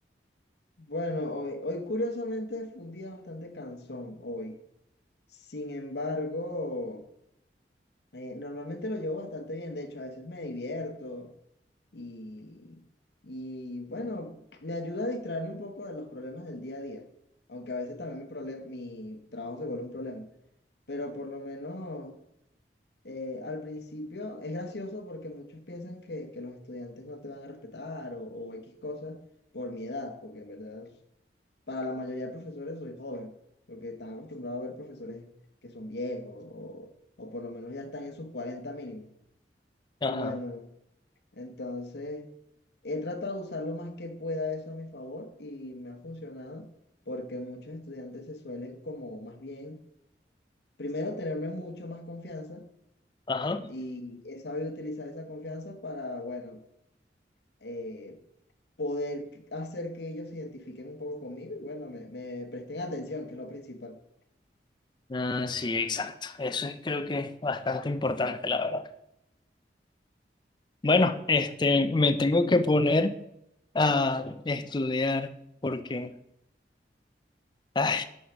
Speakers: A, on the left (about 70°); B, on the left (about 25°).
A: Bueno, hoy, hoy curiosamente fue un día bastante cansón hoy. Sin embargo, eh, normalmente lo llevo bastante bien. De hecho, a veces me divierto. Y, y bueno, me ayuda a distraerme un poco de los problemas del día a día, aunque a veces también mi, problem- mi trabajo se vuelve un problema, pero por lo menos eh, al principio es gracioso porque muchos piensan que, que los estudiantes no te van a respetar o, o X cosas por mi edad, porque en verdad para la mayoría de profesores soy joven, porque están acostumbrados a ver profesores que son viejos o, o por lo menos ya están en sus 40 mínimo.
B: Ajá,
A: Y bueno. Entonces, he tratado de usar lo más que pueda eso a mi favor y me ha funcionado porque muchos estudiantes se suelen como más bien, primero tenerme mucho más confianza
B: ajá.
A: y he sabido utilizar esa confianza para, bueno, eh, poder c- hacer que ellos se identifiquen un poco conmigo y bueno, me, me presten atención, que es lo principal.
B: Ah, sí, exacto. Eso es, creo que es bastante importante, la verdad. Bueno, este, me tengo que poner a estudiar porque, ay,